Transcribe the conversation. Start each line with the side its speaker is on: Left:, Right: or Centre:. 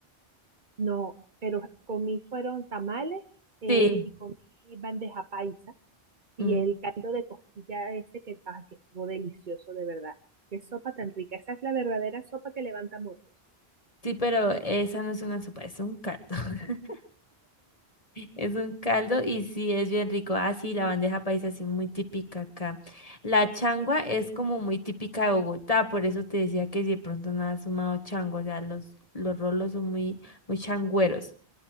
Right: No, pero comí fueron tamales eh,
Left: Sí.
Right: y comí bandeja paisa y
Left: Mm,
Right: el caldo de costilla ese que, ay, que estuvo delicioso de verdad. Qué sopa tan rica. Esa es la verdadera sopa que levanta muertos.
Left: sí, pero esa no es una sopa, es un caldo. <laughs> Es un caldo y sí, es bien rico. Ah, sí, la bandeja paisa es muy típica acá. La changua es como muy típica de Bogotá, por eso te decía que si de pronto no has sumado chango, o sea, los, los rolos son muy, muy changüeros.